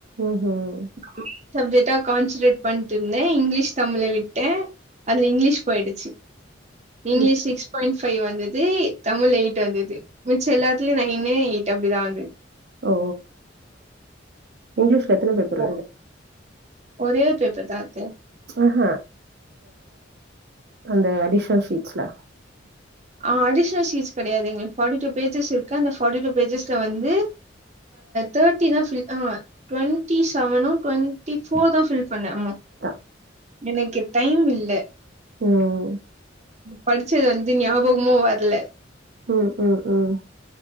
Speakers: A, on the right; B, on the right.
A: ம்ஹ்ம்
B: ஹ <unintelligible> சப்ஜெக்டா கான்சன்ட்ரேட் பண்ணிட்டு இருந்தே இங்கிலீஷ் தமிழ விட் அந்த இங்கிலீஷ் போயிடுச்சு இங்கிலிஷ்
A: ம்.
B: சிக்ஸ் பாயிண்ட் ஃபைவ் வந்தது தமிழ் எயிட் வந்தது மிச்ச எல்லாத்துலயு நைனு எயிட் அப்டிதா வந்தது
A: ஓ இங்கிஷ் எத்தன பேப்பர்
B: ஒ-
A: வருது
B: ஒரே பேப்பர் தா அத்த
A: ஆஹ அந்த அடிஷனல் ஷீட்ஸல
B: ஆ அடிஷனல் சீட்ஸ் கெடயாது எங்களுக்கு ஃபார்ட்டி டூ பேஜஸ் இருக்கு அந்தஃபார்ட்டி டூ பேஜஸ்ல வந்து தேர்ட்டி தா ட்வெண்டி செவனு ட்வண்டி ஃபோர் தா ஃபில் பண்ணே ஆமா
A: ப
B: எனக்கு டைம் இல்ல
A: உம்
B: படிச்சது வந்து ஞாபகமோ வரல
A: உம் உம் உம்